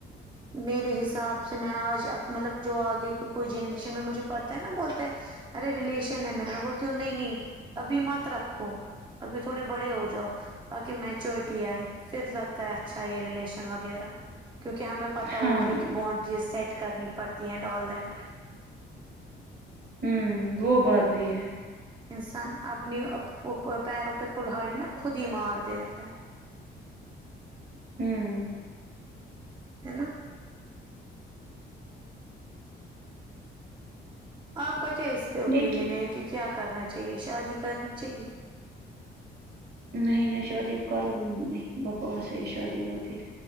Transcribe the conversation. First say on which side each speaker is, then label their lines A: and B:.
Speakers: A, on the right; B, on the right.
A: میرے حساب سے میں آج اب مطلب جو آگے کی کوئی جنریشن میں مجھے پڑھتا ہے نا بولتے ہیں ارے ریلیشن ہے میرا میں بولتی ہوں نہیں نہیں ابھی مت رکھو ابھی تھوڑے بڑے ہو جاؤ تاکہ میچورٹی آئے پھر لگتا ہے اچھا ریلیشن وغیرہ کیونکہ ہمیں پتاہوتی
B: ہاں
A: ہے کہ بانڈ چیز سیٹ کرنی پڑتی ہے ٹی اینڈ ال دیٹ
B: ھم وہ بات بھی ہے
A: انسان اپنی پیروں پہ کلہڑی ناخود ہی مار دیتا ہے
B: ھم
A: ہے نا آپ کا کیا اس پہ اوپینین
B: لیکن
A: ہے کہ کیا کرنا چاہیے شادی کرنی چاہیے
B: نہیں نہیں شادی کروں نہیں بکواس ہے ہی شادی وادی